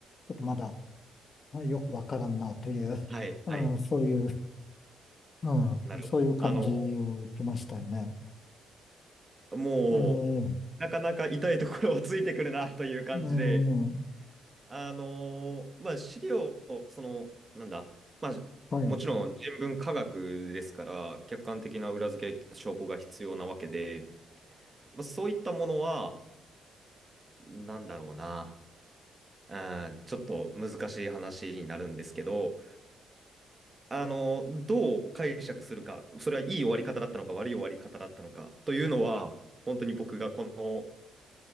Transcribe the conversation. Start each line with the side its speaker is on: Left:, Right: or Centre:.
Left: ちょっとまだよくわからんなという、
Right: はい。
Left: <laughs> うん、
Right: はい。
Left: そういう、うん、
Right: なるほど。
Left: そういう感じを受けましたよね。
Right: あの、もう、
Left: ええ
Right: なかなか痛いところをついてくるな <laughs> という感じで、
Left: うん、
Right: あのーまあ、資料、その、なんだ、まあ、
Left: はい。
Right: もちろん人文科学ですから、客観的な裏付け証拠が必要なわけで、まあ、そういったものは、なんだろうな、うん、ちょっと難しい話になるんですけど、あの、どう解釈するか、それはいい終わり方だったのか、悪い終わり方だったのかというのは、本当に僕がこの